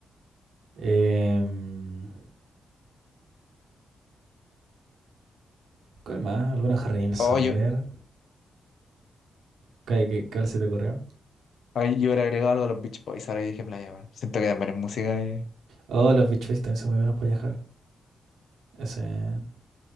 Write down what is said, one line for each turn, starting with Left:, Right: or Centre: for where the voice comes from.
Right: Em, ¿Cuál más? Alguna Harry Nilsson,
Left: Oh,
Right: a
Left: yo,
Right: ver. ¿Cuál, qué- cuál se te ocurrió?
Left: ay, yo hubiera agregado algo a los Beach Boys, ahora que dije playa, weón. Siento que también es música. eh.
Right: Oh, los Beach Boys también son muy buenos para viajar. Ese.